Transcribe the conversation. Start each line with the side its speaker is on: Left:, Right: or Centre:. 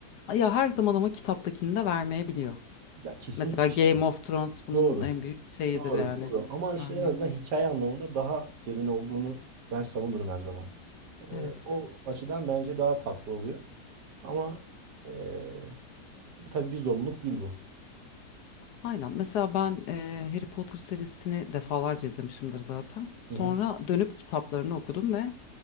Left: Ya her zaman ama kitaptakini de vermeyebiliyor.
Right: Ya kesinlikle.
Left: Mesela Game
Right: şimdi.
Left: of Thrones bunun
Right: Doğru.
Left: en büyük şeyidir
Right: Doğru,
Left: yani.
Right: doğru. Ama işte
Left: Örneğin.
Right: en azından hikaye anlamında daha derin olduğunu ben savunurum her zaman. Ee,
Left: Evet.
Right: o açıdan bence daha tatlı oluyor. Ama ee, bu tabii bir zorunluluk değil bu.
Left: Aynen. Mesela ben e, Harry Potter serisini defalarca izlemişimdir zaten. Sonra
Right: Hı hı,
Left: dönüp kitaplarını okudum ve